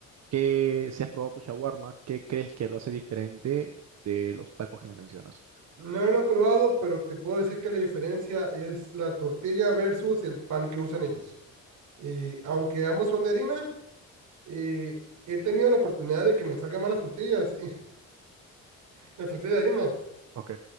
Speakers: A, on the right (about 60°); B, on the right (about 75°).
A: ¿qué, si has probado tu shawarma, qué crees que lo hace diferente de los tacos que me mencionas?
B: no lo he probado, pero te puedo decir que la diferencia es la tortilla versus el pan que usan ellos. Y aunque ambos son de harina, eh, he tenido la oportunidad de que me salgan mal las tortillas, <laughs> las tortillas de harina
A: Ok,